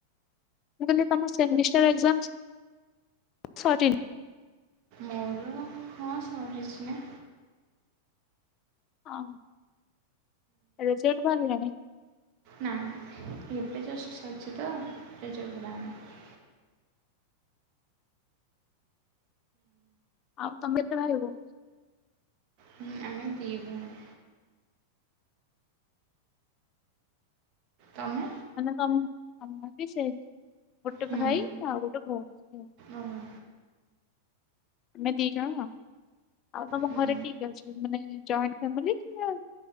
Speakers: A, on the left (about 35°); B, on the right (about 40°).
A: ମୁ କହିଲ ତମ ସେମିଷ୍ଟାର ଏକଜାମ୍ସ ସରିନି।
B: ମୋର ହଁ ସରିଛି ନା।
A: ଅ ହ ରୋଷେଇ <unintelligible> ଭଲ ଲାଗେ
B: ନାଁ। ଏବେ ଜଷ୍ଟ ସରୁଚି ତ। <unintelligible>
A: ଆଉ ତମେ କେତେ ଭାଇ ଭଉ
B: ହୁଁ ଆମେ ଦି ଭଉଣୀ। ତମେ।
A: ମାନେ ତମ୍ ଆମେବି ସେମ୍ ଗୋଟେ
B: ହୁଁ
A: ଭାଇ ଆଉ ଗୋଟେ ଭଉଣୀ।
B: ଓହୋ
A: ଆମେ ଦି ଜଣ ଆଉ। ଆଉ ତମ
B: ହୁଁ
A: ଘରେ କିଏ କିଏ ଅଛନ୍ତି ମାନେ ଜଏଣ୍ଟ ଫାମଲୀ ନା